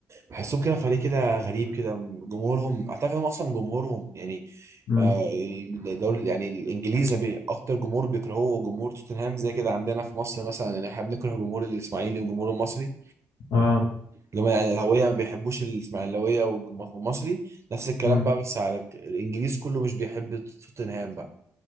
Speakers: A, on the right (about 40°); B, on the left (about 80°).
A: بحسهم كده فريق كده غريب كده جمهورهم اعتقد هم اصلا جمهورهم يعني
B: امم
A: آه، الدوري يعني الانجليزي بي- اكتر جمهور بيكرهوه جمهور توتنهام زي كده عندنا في مصر مثلا يعني احنا بنكره جمهور الاسماعيلي والجمهور المصري
B: اه
A: لما يعني الاهلاويه ما بيحبوش الاسماعيلاويه والجمهور المصري نفس الكلام
B: مم.
A: بقى بس على الانجليز كله مش بيحب توتنهام بقى